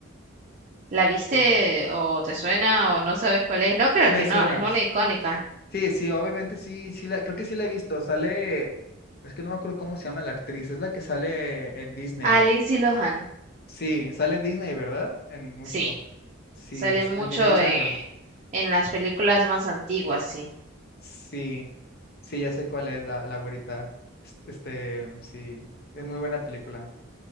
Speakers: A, on the right; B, on the left.
A: ¿La viste
B: Oh.
A: o te suena o no sabes cuál es? No creo
B: Me
A: que
B: suena.
A: no, es una icónica.
B: Sí, sí, obviamente sí, sí la, creo que sí la he visto. Sale, es que no me acuerdo cómo se llama la actriz, es la que sale en Disney.
A: Ah, Lindsay Lohan.
B: Sí, sale en Disney, ¿verdad? En mucho.
A: Sí,
B: Sí,
A: sale
B: es
A: mucho
B: en Disney Channel.
A: en, en las películas más antiguas, sí.
B: Sí, sí, ya sé cuál es la, la güerita. Es- Este, sí, es muy buena película.